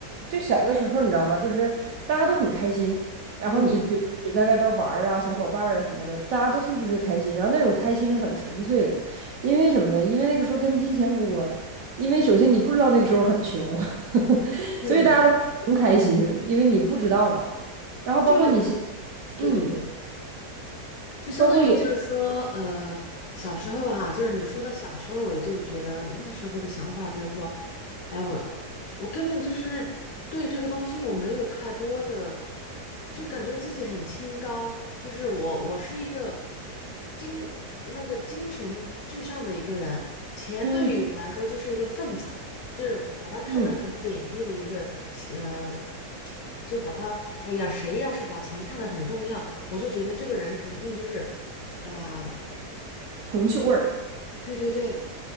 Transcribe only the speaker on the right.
就小的时候你知道吗？就是大家都很开心，然后你比如你在外边玩儿啊，
小伙伴儿啊什么的，大家都特别特别开心，然后那种开心是很纯粹的，因为什么呢？因为那个时候跟金钱无关，因为首先你不知道那个时候很穷，<laughs>
所以大家都是穷开心，因为你不知道嘛。然后包括你现，
嗯，
就包括有，
嗯
嗯，
铜臭味儿。